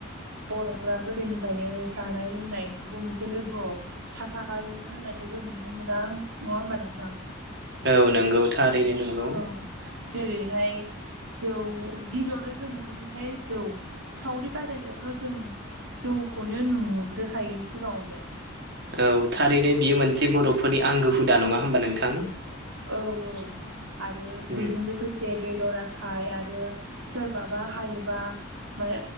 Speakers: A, on the right; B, on the right.
A: बर'फ्रा गोदोनि फ्रायनो जानाय लोंनायखौबो मोनसे लोगोआव थाफाखायो होननानै जों नुनो मोना। नङा होमबा नोंथां।
B: औ नंगौ थारैनो नंगौ।
A: औ जेरैहाय जौ गिबियावनो जों नुनो मोनखायो जौ सावरि बादायलयावथ' जों जौखौनो नुग्रोखायो सिगाङावनो।
B: औ थारैनो बियो मोनसे बर'फोरनि आंगो हुदा नङा होमबा नोंथां। <unintelligible>
A: औ आरो
B: उम
A: बेजों लोगोसे बेदर आखाय आरो सोरबाबा हायोबा माने